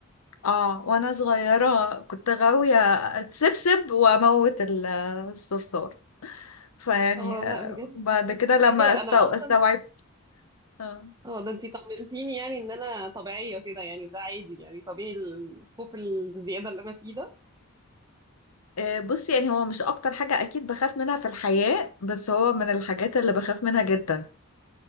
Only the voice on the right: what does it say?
اه لا
بجد
حاجة
أنا
أصلا
اه ده انتي طمنتيني يعني إن أنا طبيعية كده يعني ده عادي يعني طبيعي الخوف الزيادة اللي أنا فيه ده